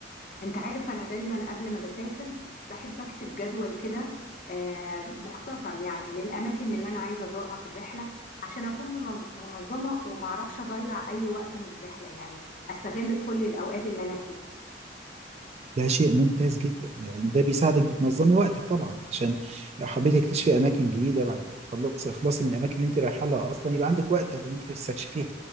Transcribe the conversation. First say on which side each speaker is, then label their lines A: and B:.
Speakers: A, on the left; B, on the right.
A: انت عارف انا دايما قبل ما بسافر بحب اكتب جدول كده آه، مختصر يعني للاماكن اللي انا عايزه ازورها في الرحله عشان اكون منظ- منظمه وما اعرفش اضيع اي وقت من الرحله يعني استغل كل الاوقات اللي انا فيها
B: ده شيء ممتاز جدا ده بيساعدك بتنظمي وقتك طبعا عشان لو حبيتي تكتشفي أماكن جديدة بعد ما تخلص- تخلصي من الأماكن اللي أنت رايحة لها أصلا يبقى عندك وقت إن أنت تستكشفيها